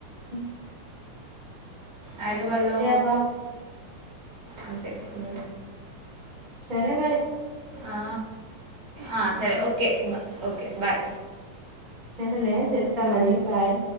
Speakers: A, on the right; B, on the right.
A: అ
B: హైదరాబాద్లో
A: అబ్బా!
B: అంతే ఉ
A: సరే మరి
B: ఆ ఆ సరే ఓకే బా ఓకే బాయ్
A: సరేలే చేస్తా మరి బాయ్